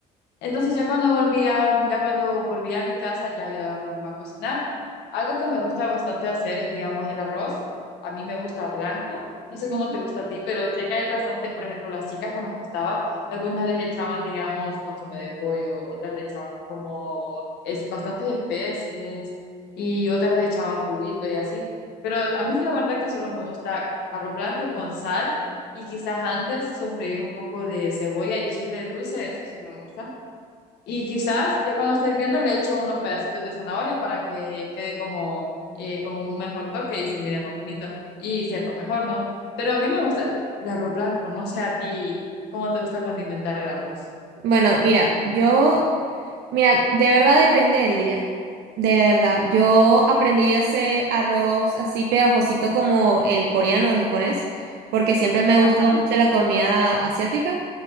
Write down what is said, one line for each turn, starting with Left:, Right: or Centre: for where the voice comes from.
Left: Entonces ya cuando volvía, ya cuando volvía a mi casa, ya ayudaba a mi mamá a cocinar. Algo que me gusta bastante hacer es, digamos, el arroz. A mí me gusta blanco. No sé
Right: Ujú.
Left: cómo te gusta a ti, pero sé que hay bastante, por ejemplo, las chicas con las que estaba, algunas les echaban, digamos, consomé de pollo, otras le echaban como es, bastantes especies y otras le echaban cubito y así. Pero a mí la verdad que solo me gusta arroz blanco con sal y quizás antes sofreír un poco de cebolla y chile dulce, eso sí me gusta. Y quizás ya cuando esté hirviendo le echo unos pedacitos de zanahoria para que quede como eh, con un mejor toque y se mire más bonito y sepa mejor, ¿no? Pero a mí me gusta el arroz blanco, no sé a ti cómo te gusta condimentar el arroz.
Right: Bueno, mira, yo Mira, de verdad depende del día. De verdad. Yo aprendí a hacer arroz así pegajosito como el coreano o el japonés, porque siempre me ha gustado
Left: Ajá.
Right: mucho la comida asiática.